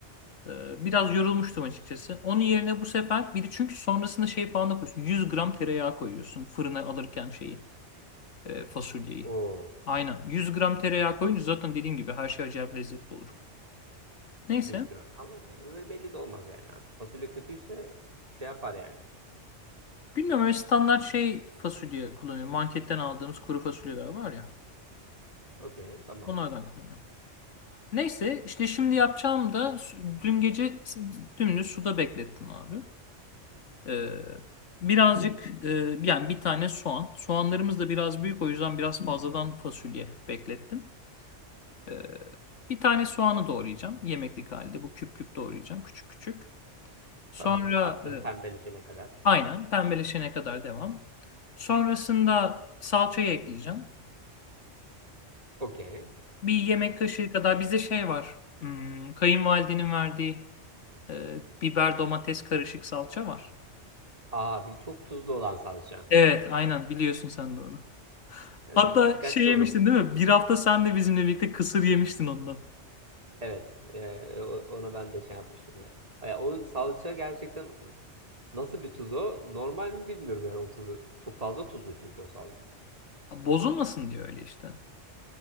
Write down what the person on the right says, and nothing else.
Oo.
Büyük ihtimal. Ama öyle belli de olmaz yani abi. Fasulye kötüyse şey yapar yani.
Okey. Tamam.
Tamam. Attım
pembeleşene kadar.
Okey.
Aa bir çok tuzlu olan salça.
Evet,
dikkatli
olun.
Evet. e, o- onu ben de şey yapmıştım yani. Ya, o salça gerçekten nasıl bir tuz o? Normal mi bilmiyorum yani o tuzu. Çok fazla tuzlu çünkü o salça.